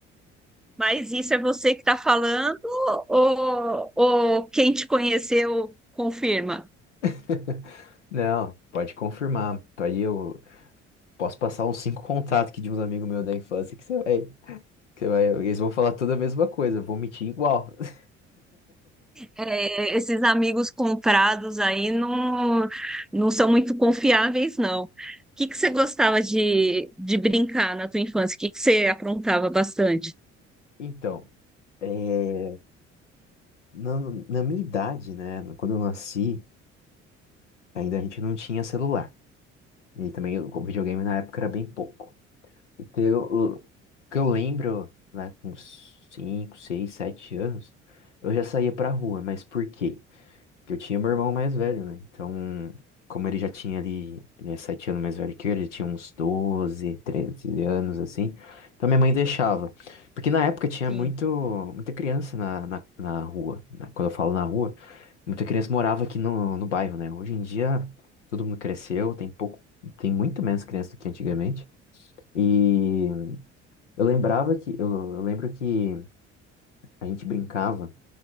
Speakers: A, in the centre; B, on the left.
A: Mas isso é você que está falando ou, ou quem te conheceu confirma?
B: <laughs> Não, pode confirmar. Aí eu posso passar uns cinco contatos aqui de uns amigos meus da infância que você vai, que você vai, eles vão falar toda a mesma coisa, vão mentir igual. <laughs>
A: É, esses amigos comprados aí não, não são muito confiáveis, não. O que que você gostava de, de brincar na tua infância? O que que você aprontava bastante?
B: Então, é, na, na minha idade, né, quando eu nasci, ainda a gente não tinha celular. E também o videogame na época era bem pouco. Então, eu- o que eu lembro, lá com uns 5, 6, 7 anos, eu já saía pra rua, mas por quê? Porque eu tinha meu irmão mais velho, né? Então, como ele já tinha ali, ele é 7 anos mais velho que eu, ele tinha uns 12 13 anos, assim. Então, minha mãe deixava. Porque na época tinha
A: Sim.
B: muito, muita criança na, na, na rua. né? Quando eu falo na rua, muita criança morava aqui no, no bairro, né? Hoje em dia, todo mundo cresceu, tem pouco, tem muito menos criança do que antigamente. E. Eu lembrava que, eu, eu lembro que a gente brincava